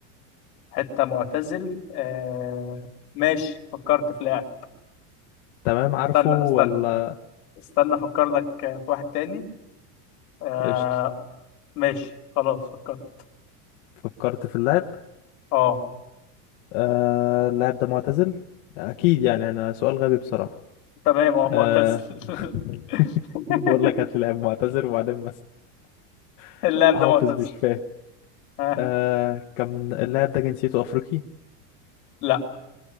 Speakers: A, on the left (about 70°); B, on the left (about 50°).
A: حتة معتزل آه ماشي فكرت في لاعب
B: تمام عارفه
A: استنى
B: ولا
A: استنى استنى افكر لك في واحد تاني آه
B: قشطة
A: ماشي خلاص فكرت
B: فكرت في اللعب
A: اه
B: آه... اللاعب ده معتزل اكيد يعني انا سؤال غبي بصراحة
A: تمام اه معتزل
B: آه... <laughs>
A: <laughs>
B: بقول لك هات لي لاعب معتزل وبعدين بس <laughs>
A: اللاعب
B: حافظ
A: ده معتزل
B: مش فاهم
A: ها
B: آه... كان اللاعب ده جنسيته افريقي
A: لا